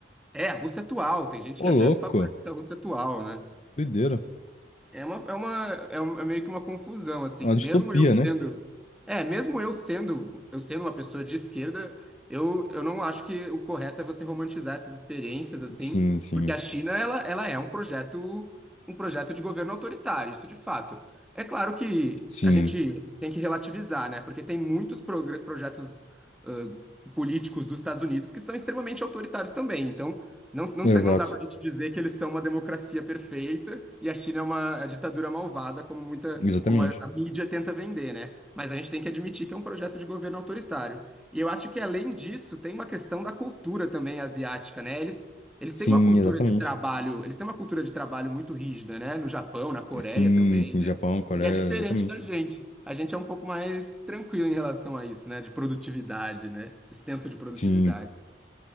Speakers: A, in the centre; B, on the left.
A: É, a Rússia atual, tem gente
B: Ô,
A: que
B: louco,
A: até favorece a Rússia atual, né?
B: doideira.
A: É uma, é uma, é um- é meio que uma confusão, assim.
B: É uma
A: Mesmo
B: distopia,
A: eu
B: né?
A: sendo. É, mesmo eu sendo, eu sendo uma pessoa de esquerda, eu, eu não acho que o correto é você romantizar essas experiências, assim,
B: Sim, sim,
A: porque a China, ela, ela é um projeto, um projeto de governo autoritário, isso de fato. É claro que
B: sim.
A: a gente tem que relativizar, né? Porque tem muitos progr- projetos, ãh, políticos dos Estados Unidos que são extremamente autoritários também. Então, não, não,
B: Exato,
A: tem- não dá pra gente dizer que eles são uma democracia perfeita e a China é uma ditadura malvada, como muita,
B: exatamente.
A: como a, a mídia tenta vender, né? Mas a gente tem que admitir que é um projeto de governo autoritário. E eu acho que, além disso, tem uma questão da cultura também asiática, né? Eles, eles
B: Sim,
A: têm uma cultura
B: exatamente.
A: de trabalho, eles têm uma cultura de trabalho muito rígida, né? No Japão, na Coreia
B: Sim,
A: também,
B: sim,
A: né?
B: Japão, Coreia,
A: E que é diferente
B: exatamente.
A: da gente. A gente é um pouco mais tranquilo em relação a isso, né? De produtividade, né? De senso de produtividade.
B: Sim.